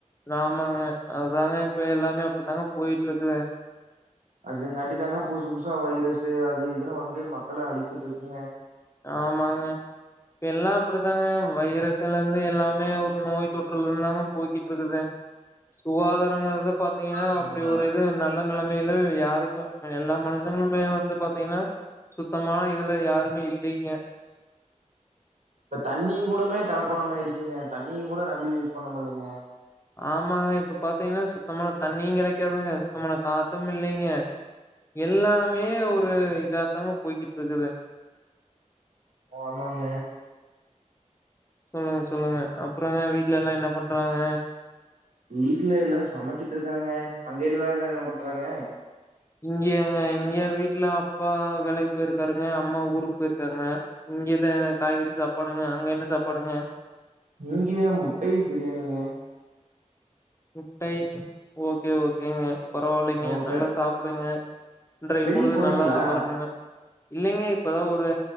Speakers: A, on the left (about 20°); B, on the right (about 75°).
A: ஆமாங்க அதுதாங்க இப்ப எல்லாமே அப்டித்தாங்க போயிட்ருக்குற
B: அதுங்காட்டி தாங்க புதுசு புதுசா வைரஸு அது இதுன்னு வந்து மக்கள அழிச்சிட்ருக்குங்க
A: ஆமாங்க இப்ப எல்லா அப்டித்தாங்க வைரஸீலேந்து எல்லாமே ஒரு நோய் தொற்றுல இருந்துந்தாங்க போய்கிட்டு இருக்குது சுகாதாரங்குறது பாத்தீங்கன்னா
B: சரிங்களா
A: அப்படி ஒரு இது நல்ல நலம <unintelligible> யாருக்கு எல்லா மனுஷங்களுமே வந்து பாத்திங்கன்னா சுத்தமான இதுல யாருமே இல் இல்லீங்க
B: இப்ப தண்ணியு கூடமே கலப்படமாயிடுச்சுங்க தண்ணியு கூட நம்பி யூஸ் பண்ண முட்லேங்க
A: ஆமாங்க இப்ப பாத்தீங்கன்னா சுத்தமான தண்ணியு கடைக்காதுங்க சுத்தமான காத்து இல்லைங்க எல்லாமே ஒரு இதா தாங்க போய்கிட்ருக்குது
B: ஆமாங்க
A: சொல்லுங்க சொல்லுங்க அப்புறங்க வீட்ல எல்லா என்ன பண்றாங்க
B: வீட்ல எல்லாரு சமச்சிட்டு இருக்காங்க அங்க எல்லாரு என்ன பண்றாங்க
A: இங்கங்க இங்க வீட்ல அப்பா வேலைக்கு போயிருக் இருக்காருங்க அம்மா ஊருக்கு போயிருக்காங்க இங்கதே காய்கறி சாப்பாடுங்க அங்க என்ன சாப்பாடுங்க
B: இங்கே முட்டை பிரியாணிங்க
A: முட்டை ஓகே ஓகேங்க பரவாயில்லைங்க
B: ஓகே
A: நல்லா சாப்புடுங்க இன்றைய
B: வெளிய
A: பொழுது
B: போனீங்களா
A: நல்லா வரணுங்க இல்லைங்க இப்பதா ஒரு